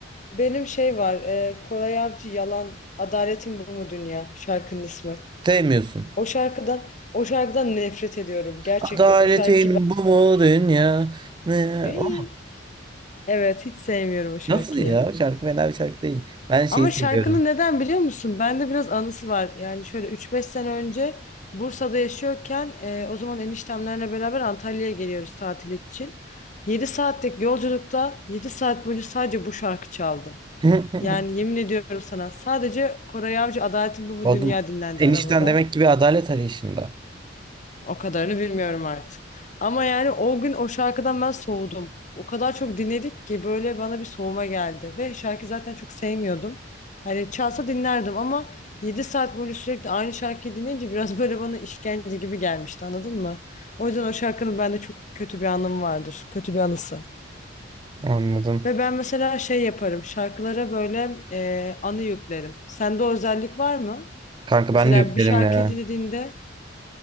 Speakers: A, on the left (about 40°); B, on the right (about 25°).
A: Benim şey var, e, Koray Avcı Yalan, Adaletin Bu Mu Dünya şarkının ismi.
B: Sevmiyorsun.
A: O şarkıdan, o şarkıdan nefret ediyorum gerçekten.
B: Adaletin
A: O şarkıyı ben...
B: bu mu dünya? Ne?
A: Ey!
B: O mu?
A: Evet, hiç sevmiyorum o şarkıyı.
B: Nasıl ya? O şarkı fena bir şarkı değil. Ben şeyi
A: Ama
B: seviyorum.
A: şarkının neden biliyor musun? Bende biraz anısı var. Yani şöyle üç beş sene önce Bursa'da yaşıyorken e, o zaman eniştemlerle beraber Antalya'ya geliyoruz tatil için. 7 saatlik yolculukta 7 saat boyunca sadece bu şarkı çaldı.
B: <laughs>
A: Yani yemin ediyorum sana sadece Koray Avcı Adaletin Bu Bu
B: Oğlum
A: Dünya dinlendi
B: enişten
A: arabada.
B: demek ki bir adalet arayışında.
A: O kadarını bilmiyorum artık. Ama yani o gün o şarkıdan ben soğudum. O kadar çok dinledik ki böyle bana bir soğuma geldi. Ve şarkı zaten çok sevmiyordum. Hani çalsa dinlerdim ama 7 saat boyunca sürekli aynı şarkıyı dinleyince biraz böyle bana işkence gibi gelmişti anladın mı? O yüzden o şarkının bende çok kötü bir anım vardır. Kötü bir anısı.
B: Anladım.
A: Ve ben mesela şey yaparım şarkılara böyle e, anı yüklerim. Sende o özellik var mı?
B: Kanka
A: Mesela
B: ben de yüklerim
A: bir şarkıyı
B: ya.
A: dinlediğinde